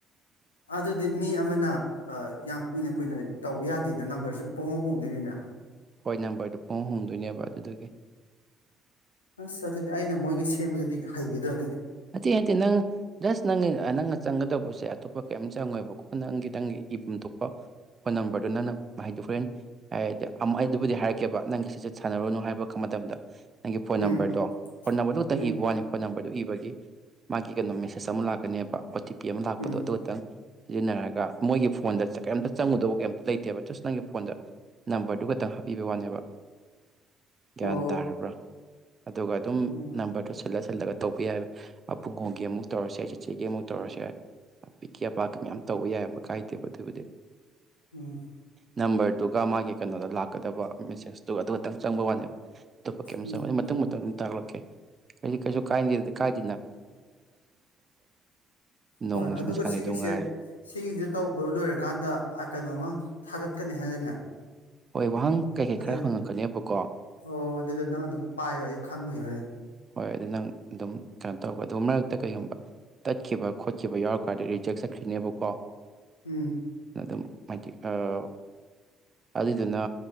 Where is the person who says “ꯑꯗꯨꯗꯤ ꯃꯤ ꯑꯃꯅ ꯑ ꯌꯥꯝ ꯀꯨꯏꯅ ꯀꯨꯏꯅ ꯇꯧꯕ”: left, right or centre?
Left